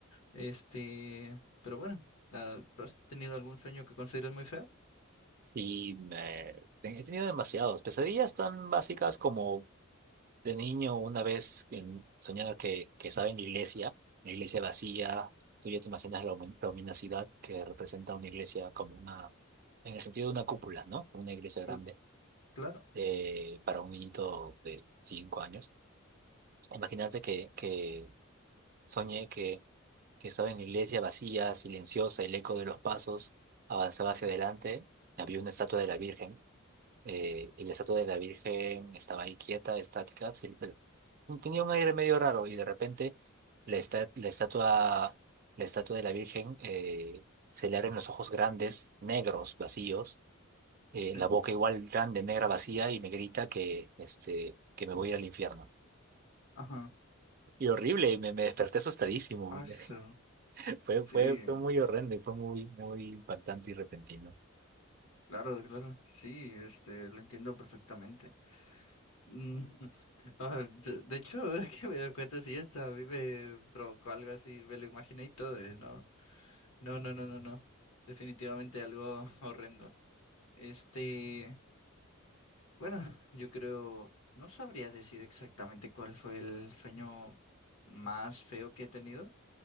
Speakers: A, on the left (about 80°); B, on the right (about 45°).
A: Este, pero bueno, ah, ¿has tenido algún sueño que consideres muy feo?
B: Sí, me- he tenido demasiados. Pesadillas tan básicas como De niño, una vez em, soñaba que, que estaba en la iglesia, la iglesia vacía. Tú ya te imaginas la humi- la luminosidad que representa una iglesia como una, en el sentido de una cúpula, ¿no? Una iglesia grande
A: Cl- claro,
B: eh, para un niñito de cinco años. Imagínate que, que soñé que, que estaba en la iglesia vacía, silenciosa, el eco de los pasos avanzaba hacia adelante. Había una estatua de la Virgen eh, y la estatua de la Virgen estaba ahí quieta, estática, sí, pero tenía un aire medio raro y de repente la, esta- la estatua, la estatua de la Virgen eh, se le abren los ojos grandes, negros, vacíos, eh,
A: sí.
B: la boca igual grande, negra, vacía y me grita que, este, que me voy a ir al infierno.
A: Ajá.
B: Y horrible, y me, me desperté asustadísimo.
A: Paso.
B: <laughs> Fue,
A: Sí,
B: fue, fue muy horrendo y fue muy, muy impactante y repentino.
A: claro, claro. Sí, este, lo entiendo perfectamente. Mm, <laughs> ah, de, de hecho, ahora que me doy cuenta, sí, esta a mí me provocó algo así, me lo imaginé y todo. eh, No, no, no, no, no, no. Definitivamente algo <laughs> horrendo. Este. Bueno, yo creo, no sabría decir exactamente cuál fue el sueño más feo que he tenido,